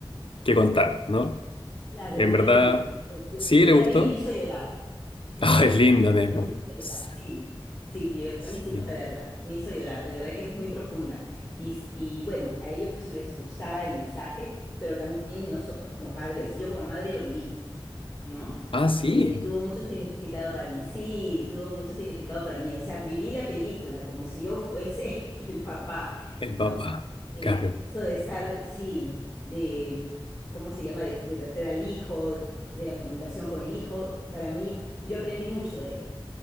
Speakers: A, on the left; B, on the left.
A: que contar, ¿no?
B: Claro,
A: En
B: yo
A: verdad,
B: la vi, eh, yo,
A: sí
B: yo
A: le gustó.
B: la vi y me hizo llorar.
A: <laughs>
B: <laughs> Yo
A: Ah,
B: la vi
A: es
B: con
A: linda,
B: mis hijos
A: Nemo.
B: y me hizo
A: S-
B: llorar, sí, sí, llevé
A: Sí.
B: a mis hijos a verla, me hizo llorar, de verdad que es muy profunda. Y, s- y bueno, a ellos les gustaba el mensaje, pero también nosotros como padres, yo como madre lo viví. ¿no?
A: Ah, sí,
B: Eh, tuvo mucho significado para mí, sí, tuvo mucho significado para mí. O sea, viví la película como si yo fuese <laughs> el papá,
A: el
B: ¿no?
A: papá.
B: Eh,
A: Claro.
B: eso de estar, sí, de, ¿cómo se llama? De, de verter al hijo, de la comunicación con el hijo, para mí, yo aprendí mucho de ahí.